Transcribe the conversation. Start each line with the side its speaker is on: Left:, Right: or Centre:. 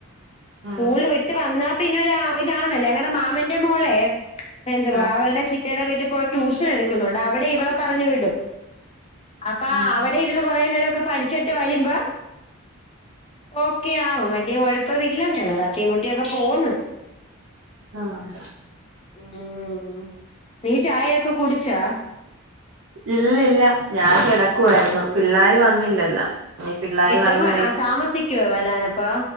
Right: ഉം
Left: സ്കൂൾ വിട്ട് വന്നാപിന്നെരു അ ഇതാണ് ഞങ്ങളെ മാമന്റെ മോളെ എന്തുവാ
Right: ആഹ്
Left: അവരുടെ ചിറ്റാടെ വീട്ടിൽ പോയി ട്യൂഷൻ എടുക്കുന്നുണ്ട് അവിടെ ഇവളെ പറഞ്ഞുവിടും. അപ്പ
Right: ആഹ്
Left: അവിടെ ഇരുന്ന് കൊറേനേരൊക്കെ പഠിച്ചിട്ട് വരുമ്പ ഓക്കെയാവും വല്യാ കുഴപ്പമില്ലെന്ന് തട്ടീംമുട്ടിയൊക്കെ പോവ്ന്ന്.
Right: ആഹ്
Left: ഉം നീ ചായൊക്കെ കുടിച്ചാ?
Right: ഇല്ലില്ല ഞാൻ കിടക്കുവായിരുന്നു പിള്ളേര് വന്നില്ലല്ലോ? ഇനി പിള്ളാര്
Left: എത്രമ
Right: വന്ന്
Left: താമസിക്കോ വരാനപ്പോ